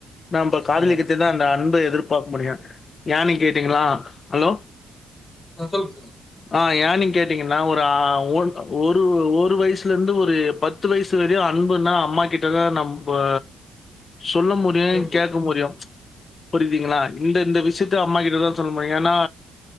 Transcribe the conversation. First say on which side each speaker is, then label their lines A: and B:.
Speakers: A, on the left; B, on the left.
A: நம்ப காதலி
B: ஆமா
A: கிட்டதா அந்த அன்ப எதிர்பார்க்க முடியு ஏன்னு கேட்டீங்கனா ஹலோ
B: ஆ சொல்லுங் சொல்லுங்க
A: ஆ யானிங் கேட்டீங்கன்னா ஒரு ஓன் ஒரு வயசுல இருந்து ஒரு பத்து வயசு வரையும் அன்புனா அம்மா கிட்ட சிலர் நம்ப சொல்ல முடியும்
B: கேக்குது
A: கேட்க முடியும் புரிதுங்களா இந்தந்த விஷயத்த அம்மா கிட்டதான் சொல்ல முடியு ஏன்னா